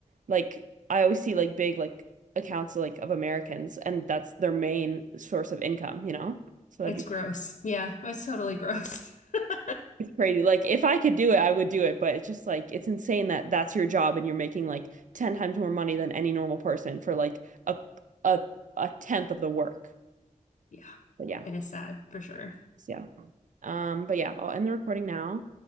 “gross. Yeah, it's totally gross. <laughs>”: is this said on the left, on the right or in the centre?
Left